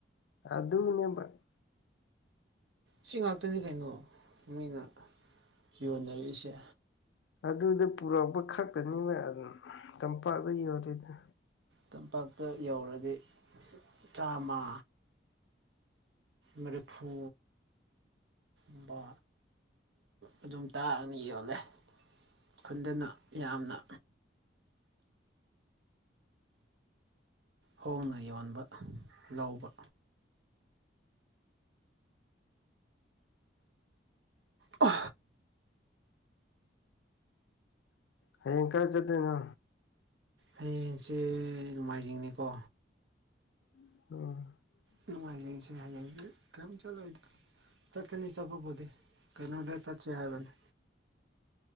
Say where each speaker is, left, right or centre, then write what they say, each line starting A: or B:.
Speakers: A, on the left; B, on the right.
A: ꯑ ꯑꯗꯨ ꯏꯅ
B: ꯁꯤ ꯉꯥꯛꯇꯅꯤ ꯀꯩꯅꯣ ꯃꯤꯅ ꯌꯣꯟꯅꯔꯛꯏꯁꯦ
A: ꯑꯗꯨꯗ ꯄꯨꯔꯛꯄ ꯈꯛꯇꯅꯦꯕ ꯑꯗꯨꯝ ꯇꯝꯄꯥꯛꯇ ꯌꯣꯜꯂꯤꯗ
B: ꯇꯝꯄꯥꯛꯇ ꯌꯧꯔꯗꯤ ꯆꯥꯃ ꯃꯔꯤꯐꯨ ꯝꯕ ꯑꯗꯨꯝ ꯇꯥꯛꯑꯅꯤ ꯌꯣꯜꯂꯦ ꯈꯨꯟꯗꯅ ꯌꯥꯝꯅ ꯍꯣꯡꯅ ꯌꯣꯟꯕ ꯂꯧꯕ ꯑ
A: ꯍꯌꯦꯡ ꯀꯔ ꯆꯠꯇꯣꯏꯅꯣ
B: ꯍꯌꯦꯡꯁꯦ ꯅꯣꯡꯃꯥꯏꯖꯤꯡꯅꯤꯀꯣ
A: ꯑ
B: ꯅꯨꯡꯃꯥꯏꯖꯤꯡꯁꯦ ꯍꯥꯏ ꯀ ꯆꯗ ꯆꯠꯀꯅꯤ ꯆꯠꯄꯕꯨꯗꯤ ꯀꯩꯅꯣꯗ ꯆꯠꯁꯦ ꯍꯥꯏꯕꯅꯤ